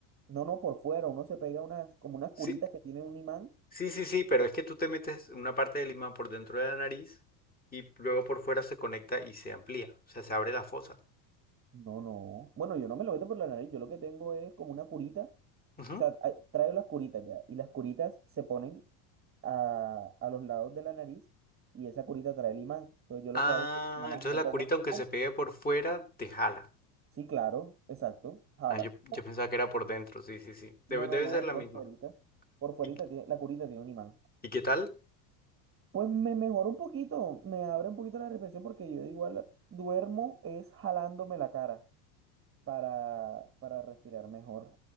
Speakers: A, on the right; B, on the left.
A: No, no, por fuera, uno se pega unas, como unas
B: Sí,
A: curitas que tienen un imán.
B: sí, sí, sí, pero es que tú te metes una parte del imán por dentro de la nariz y luego por fuera se conecta y se amplía, o sea, se abre la fosa.
A: No, no. Bueno, yo no me lo meto por la nariz, yo lo que tengo es como una curita. O
B: Ujú.
A: sea, a- traigo las curitas ya, y las curitas se ponen a, a los lados de la nariz, y esa curita trae el imán. Entonces yo lo
B: Ah,
A: que hago es que nada
B: entonces
A: más me
B: la
A: pongo.
B: curita, aunque
A: ¡pum!
B: se pegue por fuera, te jala.
A: Sí, claro, exacto, jala.
B: Ah, yo, yo
A: ¡pum!
B: pensaba que era por dentro, sí, sí, sí. Debe,
A: No,
B: debe
A: no, no,
B: ser
A: es
B: la
A: por
B: misma.
A: fuerita. Por fuerita
B: ¿Y,
A: tiene, la curita tiene un imán.
B: y qué tal?
A: Pues me mejora un poquito, me abre un poquito la respiración porque yo de igual duermo es jalándome la cara para, para respirar mejor.